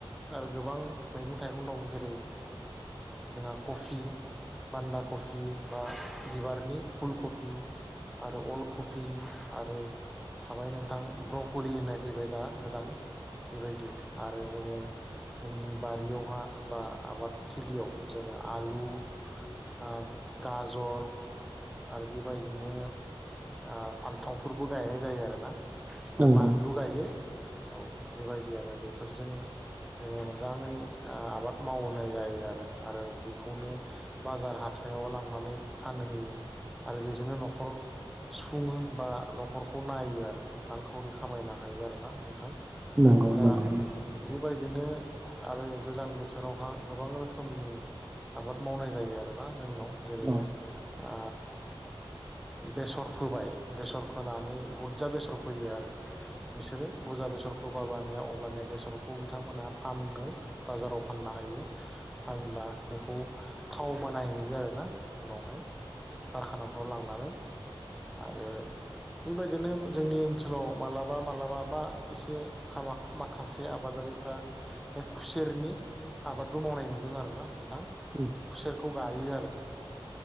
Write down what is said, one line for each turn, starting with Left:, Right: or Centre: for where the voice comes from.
Centre: आरो गोबां मैगं थाइगं दं जेरै जोंहा ओ कफि। बान्दा कफि बा बिबारनि फुलकफि आरो अल कफि। आरो थाबाय नोंथां ब्रकलि होननाय फैबाय दा गोदान। बेबायदि आरो जोङो। जोंनि बारियावहा बा आबादथिलियाव जोङो आलु। ओ गाजर। आरो बेबायदिनो ओ फान्थावफोरबो गायनाय जायो आरोना। बा
Right: नंगौ
Centre: बानलु गायो औ बेबायदि आरो बे। फोरजों जोङो मोजाङै आबाद मावहोनाय जायो आरो आरो बेखौनो। बाजार हाथाइयाव लांनानै फानहोयो आरो बेजोंनो न'खर। सुङो बा न'खरखौ नायो आरो रांखावरि खामायनो हायो आरोना नोंथां।
Right: नंगौ
Centre: दा
Right: नंगौ
Centre: बेबायदिनो। आरो गोजां बोथोरावहा गोबां रोखोमनि आबाद मावनाय जायो आरोना जोंनाव। जेरै
Right: औ
Centre: ओ। बेसर फोबाय बेसर फोनानै बुरजा बेसर फोयो आरो। बिसोरो बुरजा बेसरखौ बाबानिया अब्लानिया बेसरखौ बिथांमोनहा फानो बाजाराव फानना। दायो फानब्ला बेखौ थाव बानायहयो आरोना उनावहाय। खारखानाफ्राव लांनानै आरो। बेबायदिनो जोंनि ओनसोलाव मालाबा मालाबा बा एसे माखासे आबादारि। बेफ्रा बे खुसेरनि आबादबो मावनाय नुदों आरोना नोंथां।
Right: उम
Centre: खौ गायो आरो।